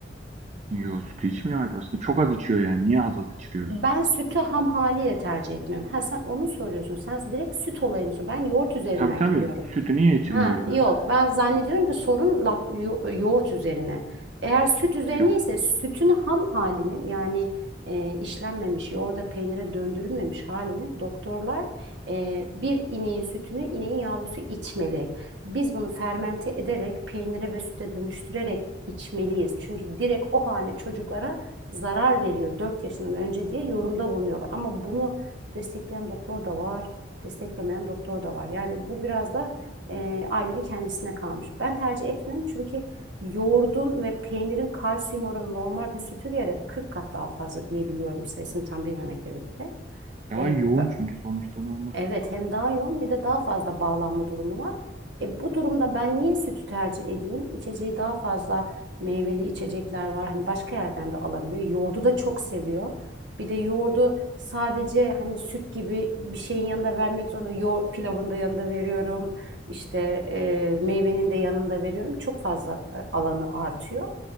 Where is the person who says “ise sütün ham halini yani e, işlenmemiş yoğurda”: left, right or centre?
Right